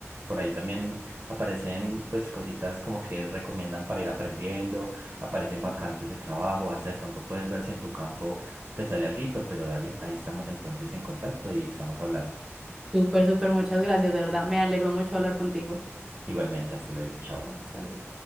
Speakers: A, on the right; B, in the centre.
A: por ahí también aparecen pues cositas como que recomiendan para ir aprendiendo, aparecen vacantes de trabajo, hasta de pronto puedes ver si en tu campo te sale alguito, pero dale, ahí estamos entonces en contacto y estamos hablando.
B: Súper, súper, muchas gracias, de verdad. Me alegró mucho hablar contigo.
A: Igualmente, hasta luego, chao.
B: Hasta luego.